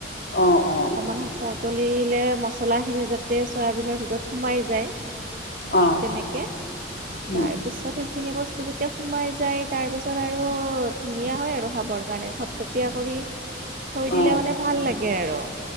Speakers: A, on the left; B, on the right.
A: অ' অ'
B: অকণমান সময় উতলিলে মছলাখিনি যাতে চয়াবিনৰ ভিতৰত সোমাই যায়',
A: অ
B: তেনেকে
A: উম
B: তাৰ পিছত সেইখিনি বস্তু', হেতু যেতিয়া সোমাই যায় তাৰ পিছত আৰু ধুনীয়া হয় আৰু খাবৰ কাৰণে থপথপীয়া কৰি', থৈ
A: অ
B: দিলে মানে ভাল লাগে আৰু',